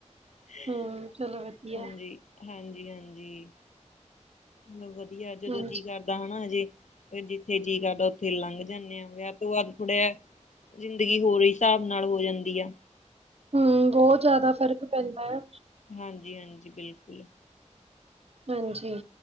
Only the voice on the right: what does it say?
ਹੂੰ ਚਲੋ ਵਧੀਆ
ਹਾਂਜੀ।
ਹੂੰ, ਬੋਤ ਜਾਦਾ ਫ਼ਰਕ ਪੈਂਦਾ ਐ।
ਹਾਂਜੀ।